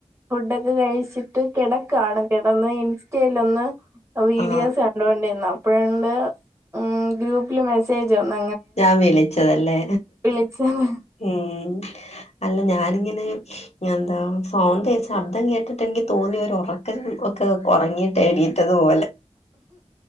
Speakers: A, on the right (about 25°); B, on the left (about 65°).
A: ഫുഡൊക്കെ കഴിച്ചിട്ട് കിടക്കാണ് കിടന്ന് ഇൻസ്റ്റലൊന്ന് വീഡിയോസ്
B: ആ
A: കണ്ടൊണ്ടിന്ന അപ്പോഴണ് ഗ്രൂപ്പില് മെസ്സേജ് വന്ന
B: ഞാൻ വിളിച്ചതല്ലേ
A: വിളിച്ചത്
B: ഉം അല്ല ഞാനിങ്ങനെ എന്താ ഫോൺ ശബ്ദം കേട്ടിട്ട് എനിക്ക് തോന്നി ഉറക്കം ഒക്കെ ഉറങ്ങിട്ടടി തുപോലെ